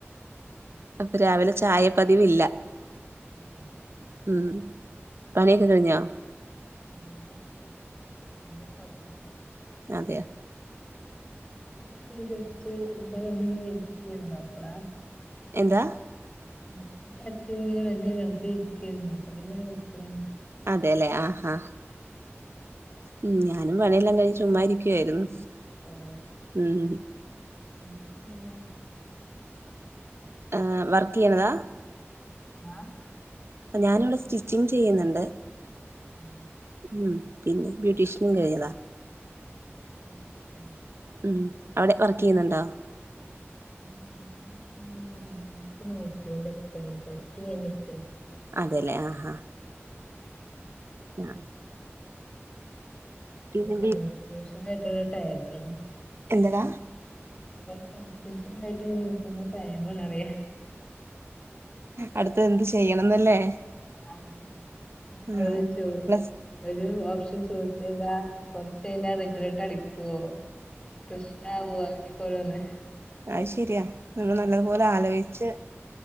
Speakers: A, on the right; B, on the left.
A: അപ്പൊ രാവിലെ ചായ പതിവില്ല
B: അതെ
A: ഉം പണിയൊക്കെ കഴിഞ്ഞാ
B: ഇല്ല ഇനി തൊടങ്ങണം
A: അതെയാ
B: കട്ട്‌ ചെയ്ത് വെച്ച് ഇവിടെ വന്നിങ്ങനെ ഇരിക്കേര്ന്ന് അപ്പളാ
A: എന്താ
B: മുറ്റൊക്കെ അടിച്ച് ഇങ്ങനെ വന്ന് വെറുതെ ഇരിക്കേര്ന്നു അപ്പ പിന്നെ വിളിച്ചതാണ്
A: അതേലെ ആഹാ ഉം ഞാനും പണയെല്ലാം കഴിഞ്ഞു ചുമ്മാ ഇരിക്കുവായിരുന്നു
B: ആഹ്
A: ഉം
B: എന്താ ചെയ്യുന്നെ
A: ആഹ് വർക്ക് ചെയ്യ്ണതാ
B: ആഹ്
A: ഇപ്പൊ ഞാനിവിടെ സ്റ്റിച്ചിങ്ങ് ചെയ്യുന്നുണ്ട്
B: ആഹ്
A: ഉം പിന്നെ ബ്യൂട്ടീഷ്യനും കഴിഞ്ഞതാ
B: ഉം ഉം
A: ഉം അവിടെ വർക്ക് ചെയ്യുന്നുണ്ടോ
B: ഞാൻ ഇപ്പം ഡിഗ്രിക്ക് നോക്കിയൊണ്ട് നിക്ക പ്ലസ് ടു കഴിഞ്ഞു നിക്ക
A: അതെല്ലേ ആഹ് ആഹ് ആഹ് പിന്നെ
B: ട്യൂഷൻ
A: ബി
B: ആയിട്ടുള്ള ടൈം ആണ്
A: എന്നതാ
B: ട്യൂഷൻ കഴിഞ്ഞിട്ട് നിക്കുന്ന ടൈം ആണറിയ
A: അടുത്ത് എന്ത് ചെയ്യണംന്നല്ലേ
B: അതെ <unintelligible>
A: ആഹ് പ്ലസ്
B: ഒരു ഓപ്ഷൻ ചൂസ് ചെയ്താ കൊറച്ച് കഴിഞ്ഞാ റിഗ്രറ്റ് അടിക്കൊ പ്രശ്നവോ അങ്ങെനെക്കെ ഓരോന്ന്
A: അയ്ശരിയാ നമ്മൾ നല്ലതുപോലെ ആലോയ്ച്ച്